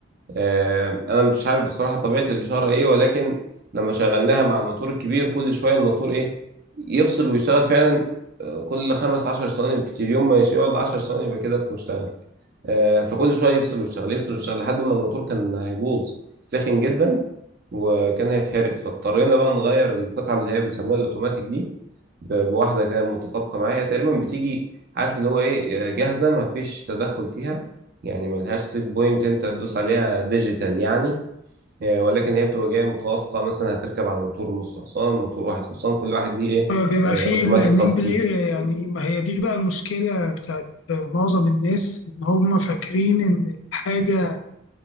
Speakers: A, on the right (about 50°); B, on the left (about 80°).
A: آه، انا مش عارف بصراحه طبيعه الاشاره ايه ولكن لما شغلناها مع الموتور الكبير كل شويه الموتور ايه يفصل ويشتغل فعلا آه، كل خمس عشر ثواني بكتير يوم ما يقعد عشر ثواني يبقى كده اسمه اشتغل آه، فكل شويه يفصل ويشتغل يفصل ويشتغل لحد ما الموتور كان هيبوظ سخن جدا وكان هيتحرق فاضطرينا بقى نغير القطعه اللي هي بيسموها الاوتوماتيك دي ب- بواحده كده متطابقه معاها هي تقريبا بتيجي عارف اللي هو ايه آه، جاهزه ما فيش تدخل فيها يعني ملهاش سيت بوينت انت تدوس عليها ديجيتال يعني آه، ولكن هي بتبقى جايه متوافقه مثلا هتركب على الموتور نص حصان موتور واحد حصان كل واحد ليه ايه
B: آه بيبقى
A: آه،
B: فيه
A: اوتوماتيك
B: النيم
A: خاص
B: بلاي
A: بيه
B: يعني ما هي دي بقى المشكلة بتاعت آه، معظم الناس إن هم فاكرين إن الحاجة